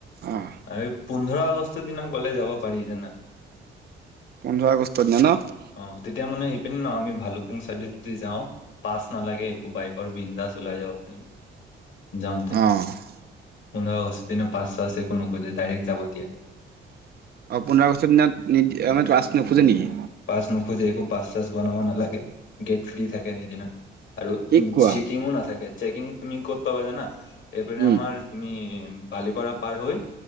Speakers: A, on the right (about 50°); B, on the left (about 70°).
A: অ',
B: আৰু পোন্ধৰ আগষ্টৰ দিনা গলে যাব পাৰি জানা
A: পোন্ধৰ আগষ্টত ন নহ'ব
B: অ', তেতিয়া মানে সেইপিনি ন আমি ভালুকুং চাইডে যদি যাওঁ। পাছ নালাগে। একো বাইকৰ বিন্ধা চ ওলাই যাও আপুনি যাওঁতে
A: অ',
B: পন্ৰস্থ কি ন পচ আছে। ক নকৈ যে ডাইৰেক্ যাবততি
A: অ', পোন্ধৰ আগষ্টৰ দিনত নিদ মানে ৰা নোখোজে নেকি
B: পাছ নোখোজে একো পাছ চাছ বনাব নালাগে গেট ফ্ৰী থাকে। সেইদিনা আৰু
A: কি কোৱা
B: চেকিংও না থাকে চেকিং তুমি কৰত পা জানা এপ
A: উম
B: আমাৰ তুমি বালিপাৰা পাৰ হৈ